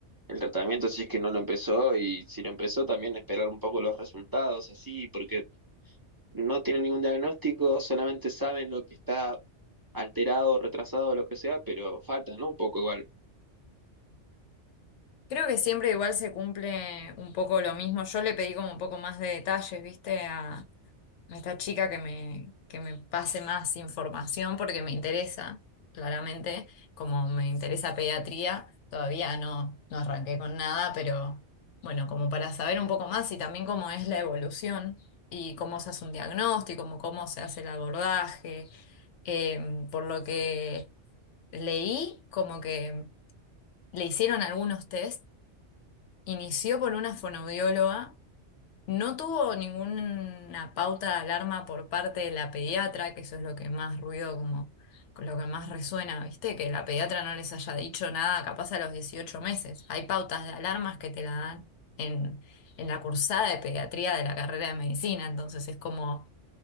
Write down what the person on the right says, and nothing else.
el tratamiento, si es que no lo empezó, y si lo empezó, también esperar un poco los resultados, así, porque no tienen ningún diagnóstico, solamente saben lo que está alterado, retrasado, lo que sea, pero falta, ¿no? Un poco igual.